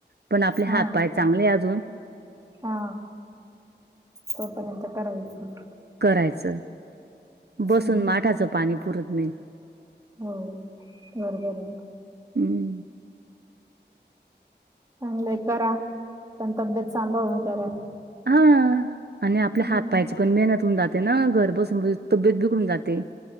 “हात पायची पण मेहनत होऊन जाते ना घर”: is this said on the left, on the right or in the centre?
Right